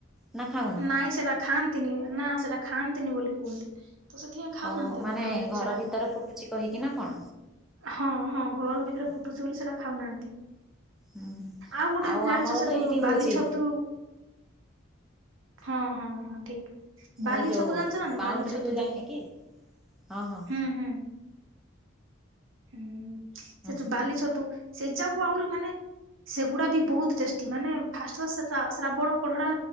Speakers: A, in the centre; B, on the right (about 80°).
A: ନା ଖାଉନ
B: ନାଇଁ ସେଟା ଖାଆନ୍ତିନି ନା ସେଟା ଖାଆନ୍ତିନି ବୋଲି କୁହନ୍ତି। ତ ସେଥିପାଇଁ ଖାଉନାହାନ୍ତି
A: ଓହୋ ମାନେ
B: ଆମ ଘର କେହି ବି ସେଇଟା।
A: ଭିତରେ ଫୁଟୁଛି କହିକି ନା କଣ?
B: ହଁ ହଁ ଘର
A: ନା
B: ଭିତରେ
A: କଣ?
B: ଫୁଟୁଛି ବୋଲି ସେଟା ଖାଉନାହାନ୍ତି।
A: ହୁଁ ହୁଁ
B: ଆଉ ଗୋଟେ ଜାଣିଛ
A: ଆମର
B: ସେ
A: ତ
B: ଯୋଉ
A: ଏଇଠି ହଉଛି
B: ବାଲି ଛତୁ। ହଁ ହଁ ହଁ ଠିକ୍। ବାଲି
A: ଏ ଯୋଉ
B: ଛତୁ ଜାଣିଛ ନା ନାଇଁ
A: ବାଉଣ୍ଡ୍ରି
B: ବାଲି ଛତୁ
A: ଯାଇନି
B: ଯୋଉ
A: କି ହଁ ହଁ
B: ହୁଁ ହୁଁ। ହୁଁ
A: ହୁଁ
B: ସେ ଯୋଉ ବାଲି ଛତୁ ସେ ଯାକୁୁ ଆହୁରି ମାନେ। ସେଗୁଡା ବି ବହୁତ ଟେଷ୍ଟି ମାନେ ଫାଷ୍ଟ ତ ଶ ଶ୍ରା ଶ୍ରାବଣ କଢଡା